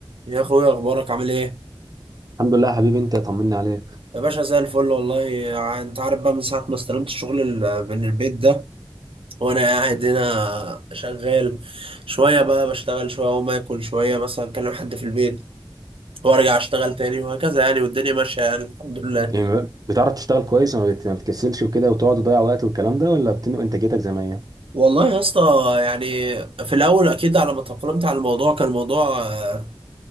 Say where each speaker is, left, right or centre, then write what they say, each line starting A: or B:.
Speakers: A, on the right; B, on the right.
A: يا اخويا اخبارك عامل ايه
B: الحمد لله يا حبيبي انت طمني عليك
A: يا باشا زي الفل والله ع- انت عارف بقى من ساعه ما استلمت الشغل ال- من البيت ده وانا قاعد هنا شغال شويه بقى بشتغل شويه اقوم اكل شويه مثلا اكلم حد في البيت وارجع اشتغل تاني وهكذا يعني والدنيا ماشيه يعني الحمد لله
B: يعني بتعرف تشتغل كويس وما بت- ما بتكسلش وكده وتقعد تضيع وقت والكلام ده ولا بتن- انتاجيتك زي ما هي
A: والله يا اسطى يعني في الاول اكيد على ما تأقلمت على الموضوع كان الموضوع آه،